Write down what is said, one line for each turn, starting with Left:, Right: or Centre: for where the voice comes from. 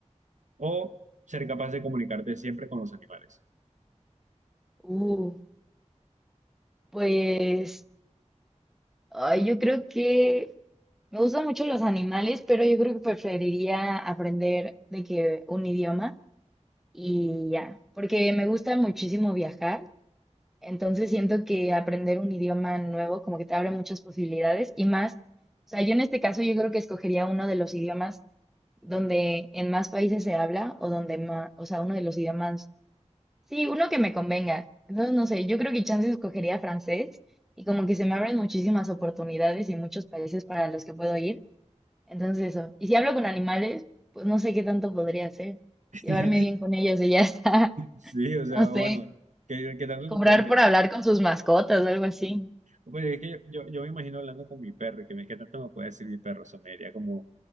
Right: o ser capaz de comunicarte siempre con los animales.
Centre: Uh, pues ay, yo creo que me gustan mucho los animales, pero yo creo que preferiría aprender de que un idioma y ya, porque me gusta muchísimo viajar, entonces siento que aprender un idioma nuevo como que te abre muchas posibilidades y más, o sea, yo en este caso yo creo que escogería uno de los idiomas donde en más países se habla o donde más, o sea, uno de los idiomas Sí, uno que me convenga. Entonces, no sé, yo creo que chance escogería francés y como que se me abren muchísimas oportunidades y muchos países para los que puedo ir. Entonces, eso. Y si hablo con animales, pues no sé qué tanto podría hacer.
Right: <laughs>
Centre: Llevarme bien con ellos y ya está. <laughs>
Right: Sí, o sea,
Centre: No sé,
Right: bueno, ¿qué, qué tanto
Centre: cobrar
Right: te pueden decir?
Centre: por hablar con sus mascotas o algo así.
Right: Pues es que yo, yo, yo me imagino hablando con mi perro y que me, ¿qué tanto me puede decir mi perro? O sea, me diría como,